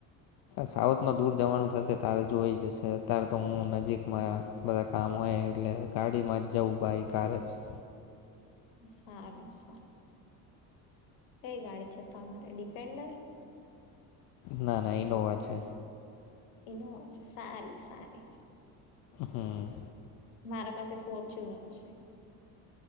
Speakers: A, on the left; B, on the left.
A: સાઉથમાં દૂર જવાનું થશે, તારે જોઈ જશે, અત્યારે તો હું નજીકમાં. બધા કામ હોય, એટલે ગાડીમાં જ જવું ભાઈ કાર જ.
B: સારું સારું કઈ ગાડી છે તો અમારે ડિફેન્ડર.
A: ના ના ઇનોવા છે.
B: ઈનોવા છે સારી સારી.
A: હમ.
B: મારા પાસે ફોર ચ્યુનર છે.